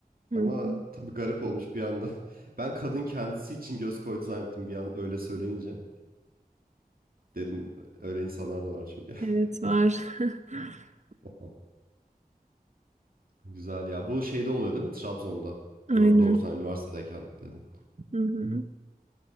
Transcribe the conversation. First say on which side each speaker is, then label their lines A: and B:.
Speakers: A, on the right; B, on the right.
A: Hı
B: Ama
A: hı.
B: tabii garip olmuş bir anda. <laughs> Ben kadın kendisi için göz koydu zannettim bir an öyle söyleyince. Dedim öyle insanlar da var çünkü.
A: Evet var. <laughs>
B: <laughs> Güzel ya. Bu şeyde oluyor değil mi? Trabzon'da.
A: Aynen.
B: Gör, doğru sen üniversitedeyken dedin.
A: Hı hı.